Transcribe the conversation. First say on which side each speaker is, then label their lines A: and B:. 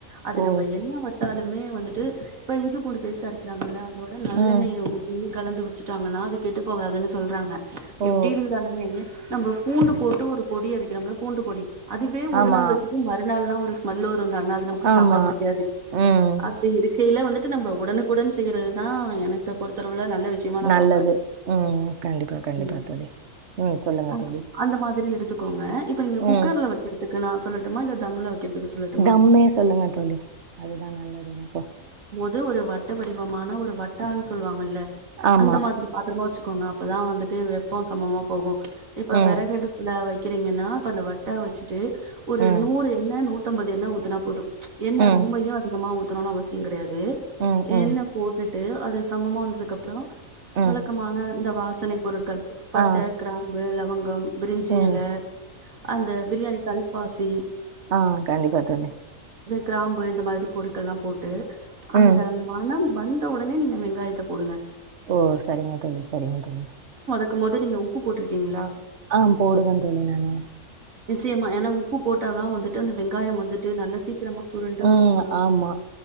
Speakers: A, on the right (about 80°); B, on the right (about 60°).
A: அது
B: ஓ!
A: நம்ப என்ன வெச்சாலுமே வந்துட்டு இப்ப இஞ்சி பூண்டு பேஸ்ட் அரைக்கிறாங்கில்ல இதோட நல்லெண்ணெய
B: ம்.
A: ஊத்தி கலந்து வெச்சுட்டாங்கன்னா அது கெட்டுப் போகாதுனு சொல்றாங்க
B: ஓ!
A: எப்டி இருந்தாலுமே நம்ப பூண்டு போட்டு ஒரு பொடி அரைக்கிறோம்ல பூண்டு பொடி அதுவே ஒரு
B: ஆமா.
A: நாள் வெச்சுட்டு மறுநாள்லா ஸ்மெல்லு வ ருந்தான அது நமக்கு
B: ஆமா.
A: சாப்ட புடிக்காது
B: ம்.
A: அப்டி இருக் கைல வந்துட்டு நம்ம உடனுக்குடன் செய்றதுதா எனக்கு பொறுத்தளவுல நல்ல விஷயமா நா
B: நல்லது
A: பாப்பே
B: உம் கண்டிப்பா கண்டிப்பா
A: ம்
B: தோழி உம் சொல்லுங்க
A: ஆ
B: தோழி
A: அந்த மாதிரி எடு த்துக்கோங்க இப்ப நீங்க குக்கர்ல
B: ம்.
A: வெக்கிறத்துக் க்கு நா சொல்லட்டுமா இல்ல தம்ல வைக்கிறதுக்கு சொல்லட்டுமா
B: தம்மே சொல்லுங்க தோழி அதுதா நல்லது எனக்கூ
A: து ஒரு வட்ட வடிவமான ஒரு வட்டான் சொல்லுவாங்கல்ல
B: ஆமா.
A: அந்த மாதிரி பாத்ரமா வச்சுக்கோங்க அப்பதா வந்துட்டு வெப்போ சமமா போகு இப்ப
B: ம்.
A: வெறகடுப்புல வச் வக்கிறீங்கண்ணா இப்ப அந்த வட்டா வச்சுட்டு ஒரு
B: ம்.
A: நூறு என்ன நூ த்தம்பது எண்ண ஊத்துனா போது. எண்ண
B: ம்.
A: ரொம்பையு அதிகமா உ த்தனூனு அவசியோ கெடயாது து
B: ம்
A: எண்ண
B: ம்
A: போட்டு ட்டு அது சமமா வந்ததுக்கப்றோ
B: ம்
A: வழக்கமான இந்த வா சனை பொருட்கள் பட்டக்கிராம்
B: ஆ
A: லவங்கம் பிரிஞ்சு
B: ம்
A: எல அந்த பிரியாணி கல் பாசி
B: ஆஹ் கண்டிப்பா தோழி
A: கிராம்பு இந்த மாதிரி பொருட்கள்ல்லா போட்டு அந்த
B: ம்
A: மனம் வந்த உடனே நீங்க வெங்காயத்த போடுங்க.
B: ஓ சரிங்க தோழி சரிங்க தோழி
A: இருக்கும்மோது நீங்க உப்பு போட்ருக்கீங்களா?
B: ஆஹ் போடுவ தோழி நானு
A: நிச்சியமா ஏன்னா உப்பு போட்டாதா வந்துட்டு அந்த வெங்காயம் வந்துட்டு நல்லா சீக் கிரமா சுருண்டு
B: ம்
A: ஒரு பொன்னிரம்
B: ஆமா
A: வரு